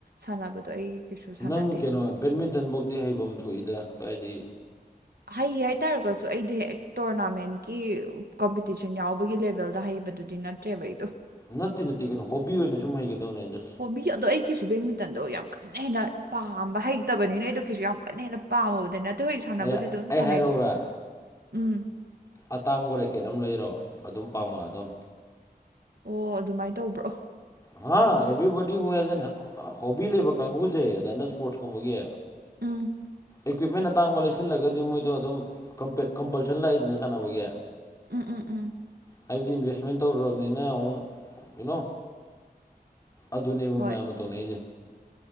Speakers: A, on the right; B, on the left.
A: ꯁꯥꯟꯅꯕꯗꯣ ꯑꯩ ꯀꯩꯁꯨ ꯁꯥꯟꯅꯗꯦ
B: ꯅꯪ ꯀꯩꯅꯣ ꯕꯦꯠꯃꯤꯟꯇꯟꯕꯨꯛꯇꯤ ꯍꯩꯕꯝ ꯊꯣꯛꯏꯗ ꯀꯥꯏꯗꯤ
A: ꯍꯩ ꯍꯥꯏ ꯇꯥꯔꯒꯁꯨ ꯑꯩꯗꯤ ꯍꯦꯛ ꯇꯣꯔꯅꯥꯃꯦꯟꯀꯤ ꯀꯝꯄꯤꯇꯤꯁꯟ ꯌꯥꯎꯕꯒꯤ ꯂꯦꯕꯦꯜꯗ ꯍꯩꯕꯗꯨꯗꯤ ꯅꯠ ꯇ꯭ꯔꯦꯕ ꯑꯩꯗꯣ
B: ꯅꯠꯇꯦ ꯅꯠꯇꯦ ꯀꯩꯅꯣ ꯍꯣꯕꯤ ꯑꯣꯏꯅ ꯁꯨꯝ ꯍꯩꯒꯗꯕꯅꯦ <unintelligible>
A: ꯍꯣꯕꯤ ꯑꯗꯣ ꯑꯩꯀꯤꯁꯨ ꯕꯦꯠꯃꯤꯇꯟꯗꯣ ꯌꯥꯝ ꯀꯟꯅ ꯍꯦꯟꯅ ꯄꯥꯝꯕ ꯍꯩꯇꯕꯅꯤꯅ ꯑꯩ ꯑꯗꯨ ꯀꯩꯁꯨ ꯌꯥꯝ ꯀꯟꯅ ꯍꯦꯟꯅ ꯄꯥꯝꯃꯨꯕꯗꯤ ꯅꯠ ꯇꯥꯍꯣꯏ ꯁꯥꯟꯅꯕꯗꯤ
B: ꯑꯩ
A: ꯑꯗꯨꯝ
B: ꯑꯩ
A: ꯁꯥꯟꯅꯩꯀꯣ
B: ꯍꯥꯏꯔꯛꯎꯔꯥ
A: ꯎꯝ
B: ꯑꯇꯥꯡꯕ ꯔꯦꯀꯦꯠ ꯑꯃ ꯂꯩꯔꯣ ꯑꯗꯨꯝ ꯄꯥꯝꯃꯑꯗꯝ
A: ꯑꯣ ꯑꯗꯨꯃꯥꯏ ꯇꯧꯕ꯭ꯔꯣ
B: ꯍꯥ ꯑꯦꯚ꯭ꯔꯤꯕꯣꯗꯤ ꯋꯦꯖꯟ ꯍꯣꯕꯤ ꯂꯩꯕ ꯀꯥꯡꯒꯨꯖꯦ ꯑꯗꯥꯏꯅ ꯏꯁꯄꯣꯔꯠꯁꯀꯨꯝꯕꯒꯤ
A: ꯎꯝ
B: ꯑꯦꯛꯇꯤꯕꯦꯟ ꯑꯇꯥꯡꯕ ꯂꯩꯁꯜꯂꯒꯗꯤ ꯃꯣꯏꯗ ꯑꯗꯨꯝ ꯀꯝꯄꯜꯁꯟ ꯂꯥꯛꯏꯗꯅ ꯁꯥꯟꯅꯕꯒꯤ
A: ꯎꯝ ꯎꯝ ꯎꯝ
B: ꯍꯥꯏꯕꯗꯤ ꯏꯟꯚꯦꯁꯃꯦꯟ ꯇꯧꯔꯨꯔꯕꯅꯤꯅ ꯑꯃꯨꯛ ꯌꯨꯅꯣ ꯑꯗꯨꯅꯦꯕ
A: ꯍꯣꯏ
B: ꯃꯌꯥꯝꯅ ꯇꯧꯅꯩꯁꯦ